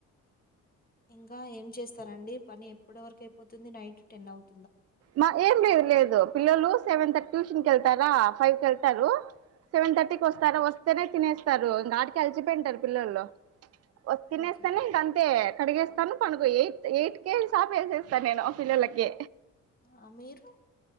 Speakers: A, on the left; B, on the right.
A: ఇంగా ఏం చేస్తారండి పని ఎప్పటి వరకు అయిపోతుంది నైట్ టెన్ అవుతు
B: మా ఏం లేదు లేదు పిల్లలు సెవెన్ తట్యూషన్ కెళ్తారా ఫైవ్ కెళ్తారు
A: ఆ,
B: సెవెన్ తర్టీకి వస్తారా వస్తేనే తినేస్ స్తరు ఇంగ ఆటికే అల్సిపోయింటరు పిల్లోలు వో తినేస్తనే
A: ఓకే
B: ఇంక అంతే కడిగేస్ తను పనుకో ఎయిట్ ఎయిట్ కే చాప్ ఏసేస్తా నేను పిల్లలకి
A: ఆ మీరు